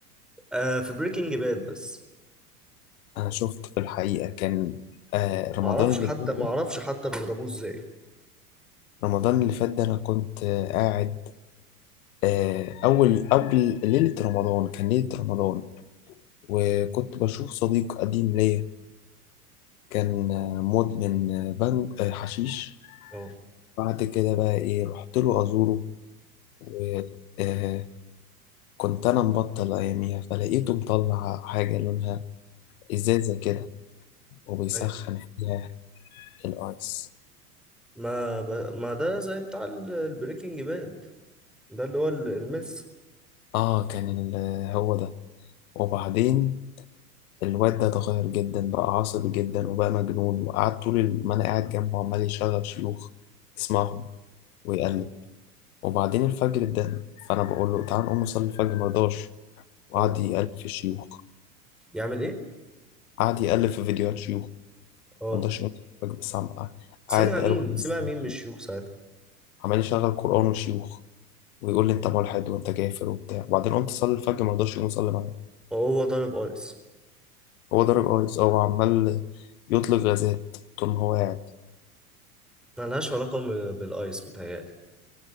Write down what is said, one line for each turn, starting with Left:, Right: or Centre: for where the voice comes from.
Centre: آه في بريكنج باد بس
Left: انا شفت في الحقيقه كان آه رمضان
Centre: معرفش
Left: اللي
Centre: حتى
Left: فات ده
Centre: معرفش حتى بيضربوه إزاي
Left: رمضان اللي فات ده انا كنت آه قاعد آه اول قبل ليله رمضان كان ليله رمضان وكنت بشوف صديق قديم ليا كان آه مدمن آه، بنج آه حشيش
Centre: اه
Left: بعد كده بقى ايه رحت له ازوره و آه، كنت انا مبطل اياميها فلقيته مطلع حاجه لونها ازازه كده وبيسخن
Centre: مم.
Left: فيها الايس
Centre: ما ب... ما ده زي بتاع ال- البريكنج باد ده اللي هو ال- المس
Left: اه كان ال- هو ده وبعدين الواد ده اتغير جدا بقى عصبي جدا وبقى مجنون وقعدت طول ال- ما انا قاعد جنبه عمال يشغل شيوخ يسمعهم ويقلب
Centre: اه
Left: وبعدين الفجر اتدهن فانا بقول له تعال نقوم نصلي الفجر مرضاش وقعد
Centre: آه.
Left: يقلب في الشيوخ
Centre: يعمل ايه
Left: قعد يقلب في فيديوهات شيوخ
Centre: اه
Left: مرضاش يقوم يصلي الفجر بس عم-
Centre: سمع
Left: قاعد بقاله
Centre: مين
Left: خمس
Centre: سمع
Left: ساعات
Centre: مين من الشيوخ ساعتها
Left: عمال يشغل قرآن وشيوخ ويقول لي انت ملحد وانت كافر وبتاع وبعدين قمت اصلي الفجر ما رضاش يقوم يصلي معايا
Centre: وهو ضارب ايس
Left: هو ضرب ايس اه وعمال يطلق غازات طول ما هو قاعد
Centre: ملهاش علاقة م- بالايس متهيألي